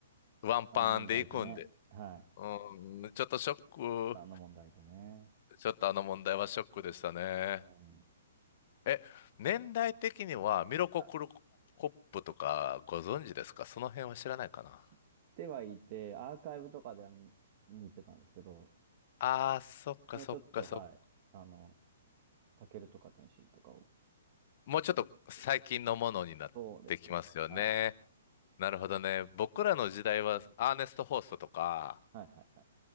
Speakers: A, on the left (about 50°); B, on the right (about 45°).
A: ワンパンで行くんで。
B: あの問題でね。はい。
A: うん、ちょっとショック、
B: ちょっとあの問題でね。
A: ちょっとあの問題はショックでしたね。
B: うん。
A: え、年代的にはミロコ・
B: はい
A: クルコップとかご存知ですかその辺は知らないかな
B: 知ってはいて、アーカイブとかでは見、見てたんですけど、
A: ああー、そっかそっかそっか。
B: もうちょっと、はい。あの、タケルとか天使とかを
A: もうちょっと最近のものになってきますよね。
B: 見てる世代。そうですね。はい。
A: なるほどね。僕らの時代はアーネスト・ホーストとか、
B: はいはいはい。